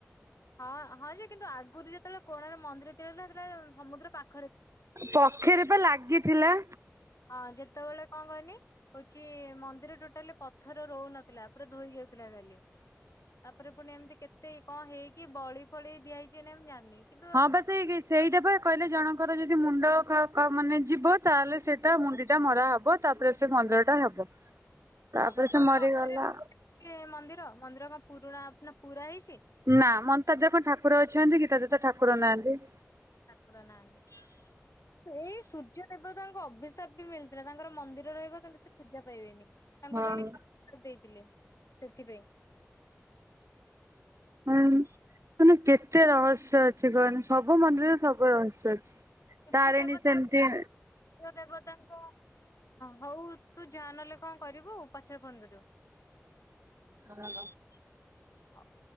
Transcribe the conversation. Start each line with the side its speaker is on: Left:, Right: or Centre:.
Left: ହଁ ହଁ ଯେ କିନ୍ତୁ ଆଗରୁ ଯେତେବେଳେ କୋଣାର୍କ ରେ ମନ୍ଦିର ତିଆରି ସେତେବେଳେ ସମୁଦ୍ର ପାଖ
Right: ପଖେରେ ପା ଲାଗିଥିଲା।
Left: ହଁ ଯେତେବେଳେ କଣ କହନି କଉଛି ମନ୍ଦିର ଟୋଟାଲି ପଥର ରହୁନଥିଲା ପୁରା ଧୋଇ ଯାଉଥିଲା ଖାଲି ତାପରେ ପୁଣି ଏମିତି କେତେ କଣ ହେଇକି ବଳି ଫଳି ଦିଆ ହୋଇଛି ମୁ ଜାଣିନି। କିନ୍ତୁ
Right: ହଁ ବା ସେଇ ସେଇଟା ବା କହିଲେ ଜଣଙ୍କର ଯଦି ମୁଣ୍ଡ ମାନେ ଯିବ ତାହେଲେ ସେଟା ମୁଣ୍ଡି ଟା ମରା ହବ ତାପରେ ସେ ମନ୍ଦିର ଟା ହବ। ତାପରେ
Left: ହଁ ତଥାପି
Right: ସେ ମରିଗଲା।
Left: ଅଧାରେ ମନ୍ଦିର ମନ୍ଦିର କ ପୁରୁଣା ଆପ ପୁରା ହେଇଚି
Right: ନା ମନତାଜ କଣ ଠାକୁର ଅଛନ୍ତି କି ତା ଦେହ ତ ଠାକୁର ନାହାନ୍ତି।
Left: ଠାକୁର ନାହାନ୍ତି ଏଇ ସୂର୍ଯ୍ୟ ଦେବତାଙ୍କ ଅଭିଶାପ ବି ମିଳିଥିଲା ତାଙ୍କର ମନ୍ଦିର ରହିବା କିନ୍ତୁ ସେ ପୂଜା ପାଇବେନି ତାଙ୍କୁ
Right: ହଁ।
Left: ଜଣେ କିଏ ଅଭିଶାପ ଦେଇଥିଲେ। ସେଥିପାଇଁ।
Right: ହଁ ମାନେ କେତେ ରହସ୍ୟ ଅଛି କହନି। ସବୁ ମନ୍ଦିରରେ ସବୁ ରହସ୍ୟ ଅଛି।
Left: ସୂର୍ଯ୍ୟ
Right: ତାରିଣୀ
Left: ଦେବତା
Right: ସେମିତି
Left: ସୂର୍ଯ୍ୟ ଦେବତାଙ୍କ ହଉ ତୁ ଯା ନହେଲେ କଣ କରିବୁ ପଛରେ ଫୋନ କରିବୁ।
Right: <unintelligible>
Left: ହୋଉ।